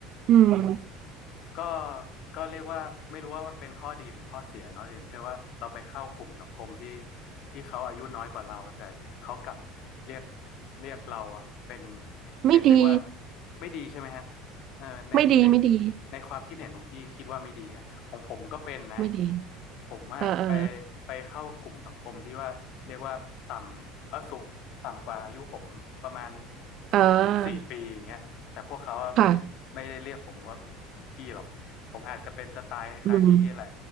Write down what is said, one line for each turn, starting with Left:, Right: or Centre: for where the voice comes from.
Right: อืม
Left: ก็ก็เรียกว่าไม่รู้ว่าเป็นข้อดีหรือข้อเสียเนาะอย่างเช่นว่าเราไปเข้ากลุ่มสังคมที่ที่เขาอายุน้อยกว่าเราแต่เขากลับเรียกเรียกเราอะเป็น
Right: ไม่ดี
Left: เป็นเรียกว่าไม่ดีใช่ไหมฮะเออในใน
Right: ไม่ดีไม่ดี
Left: ในความคิดเห็นของพี่คิดว่าไม่ดีนะของผมก็เป็นนะ
Right: ไม่ดี
Left: ผมอะไป
Right: อ่าอ่า
Left: ไปเข้ากลุ่มสังคมที่ว่าเรียกว่าต่ำเออสูงต่ำกว่าอายุผมประมาณ
Right: อ่า
Left: สามถึงสี่ปีอย่างเงี้ย แต่พวกเขาอะไม่ไม่ได้เรียกผมว่า
Right: ค่ะ
Left: พี่หรอกผมอาจจะเป็นสไตล์คล้ายๆพี่แหละ
Right: อืม